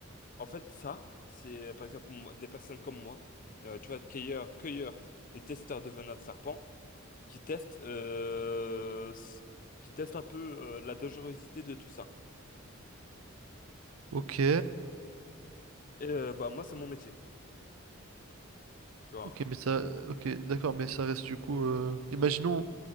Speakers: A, on the left; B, on the right.
A: En fait, ça, c'est euh, par exemple m- des personnes comme moi, euh, tu vois, cueilleurs, cueilleurs et testeurs de venin de serpent, qui testent, euh, s- qui testent un peu euh, la dangerosité de tout ça.
B: Ok.
A: Et euh, bah moi, c'est mon métier, tu vois.
B: Ok, mais ça. Ok, d'accord, mais ça reste du coup. euh, Imaginons.